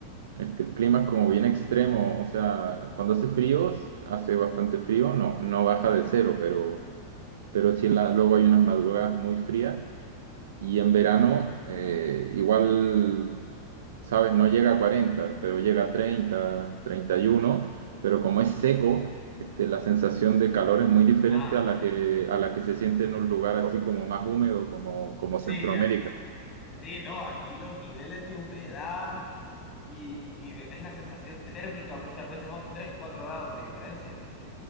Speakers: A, on the right; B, on the left.
A: este, el clima es como bien extremo, o sea, cuando hace frío, hace bastante frío, no, no baja de cero, pero, pero sí la- luego hay unas madrugadas muy frías. Y en verano, eh, igual, sabes, no llega a 40 pero llega a treinta treinta y uno pero como es seco, este, la sensación de calor es muy diferente
B: Ah,
A: a la que, a la que se siente en un lugar así como más húmedo, como, como
B: sí,
A: Centroamérica.
B: a- sí, no, aquí los niveles de humedad y, y ves la sensación térmica muchas veces son 3 4 grados de diferencia.